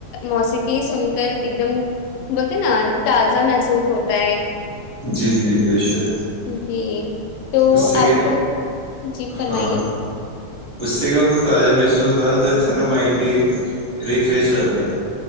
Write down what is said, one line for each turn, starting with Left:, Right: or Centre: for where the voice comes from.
Left: موسیقی سن کر ایک دم بولتے نا تازہ محسوس ہوتا ہے
Right: جی جی بے شک
Left: جی تو
Right: اس سے
Left: آپ
Right: کہ
Left: کو جی فرمائیے
Right: ہاں اس سے کیا مطلب تازہ محسوس ہوتا ہےا تو انسان کا مائنڈ بھی جچ ریفریش ہو جات ہے